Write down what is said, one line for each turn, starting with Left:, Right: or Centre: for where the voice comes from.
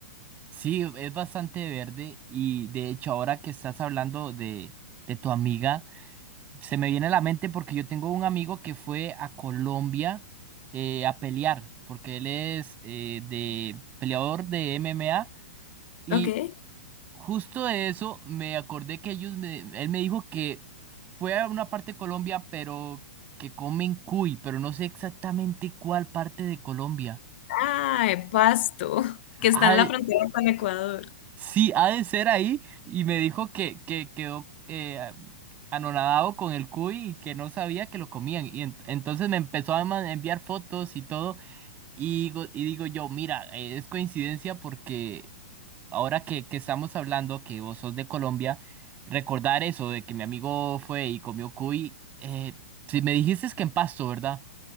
Right: Sí, es bastante verde y de hecho ahora que estás hablando de, de tu amiga, se me viene a la mente porque yo tengo un amigo que fue a Colombia eh, a pelear, porque él es eh, de peleador de MMA y
Left: Ok.
Right: Justo de eso me acordé que ellos me, él me dijo que fue a una parte de Colombia, pero que comen cuy, pero no sé exactamente cuál parte de Colombia.
Left: Ah, Pasto, que
Right: Ha
Left: está en
Right: de-
Left: la frontera con Ecuador.
Right: sí, ha de ser ahí, y me dijo que, que quedó eh, anonadado con el cuy y que no sabía que lo comían. Y ent- entonces me empezó a ma- enviar fotos y todo, y digo, y digo yo, mira, eh, es coincidencia porque ahora que, que estamos hablando, que vos sos de Colombia, recordar eso de que mi amigo fue y comió cuy, eh, si me dijiste es que en Pasto, ¿verdad?